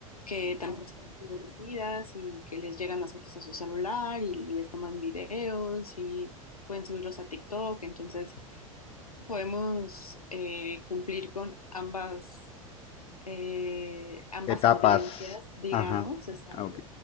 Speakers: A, on the left; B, on the left.
A: que también son divertidas y que les llegan las fotos a su celular y les toman videos y pueden subirlos a TikTok, entonces podemos eh, cumplir con ambas, eh, ambas
B: Etapas.
A: audiencias, digamos,
B: Ajá.
A: exacto.
B: Ah, ok.